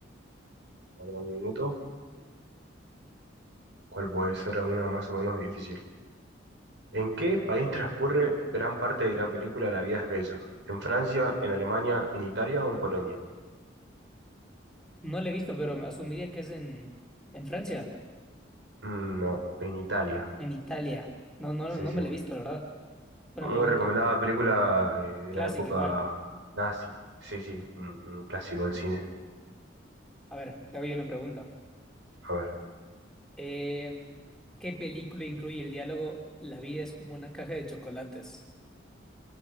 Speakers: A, on the right (about 70°); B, in the centre.
A: Ahora un minuto. ¿Cuál puede ser alguna más o menos difícil? ¿En qué país transcurre gran parte de la película La vida es bella? ¿En Francia, en Alemania, en Italia o en Polonia?
B: No la he visto, pero asumiría que es en, en Francia,
A: Mm, No, en Italia.
B: en Italia. No, no,
A: Sí,
B: no
A: sí.
B: me la he visto, la verdad. Buena
A: Muy
B: pregunta.
A: recomendada película eh, de
B: Clásica
A: la época
B: igual.
A: nazi. Sí, sí, un, un clásico del cine.
B: A ver, te hago yo una pregunta.
A: A ver,
B: Eh, ¿qué película incluye el diálogo La vida es como una caja de chocolates?